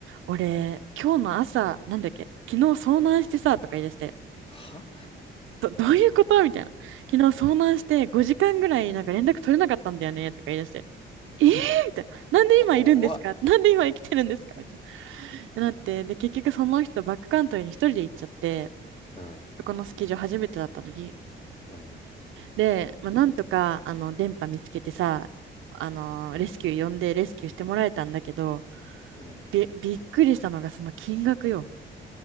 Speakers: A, on the right; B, on the left.
A: 俺、今日の朝、なんだっけ、昨日遭難してさ、とか言い出して、
B: は
A: どういうことみたいな。昨日遭難して5時間ぐらいなんか連絡取れなかったんだよねとか言い出して、えーみたいな。なんで今いるんですかなんで今生きてるんですかみたい
B: 怖っ
A: な。なって、で、結局その人バックカントリーに一人で行っちゃって、
B: うん
A: そこのスキー場初めてだった時。
B: うん
A: で、まあ、なんとか、あの、電波見つけてさ、あの、
B: うん
A: レスキュー呼んでレスキューしてもらえたんだけど、
B: うん
A: び、びっくりしたのがその金額よ。